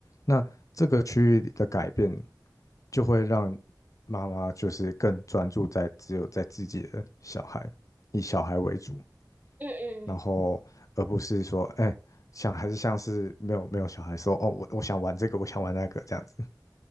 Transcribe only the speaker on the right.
嗯嗯嗯，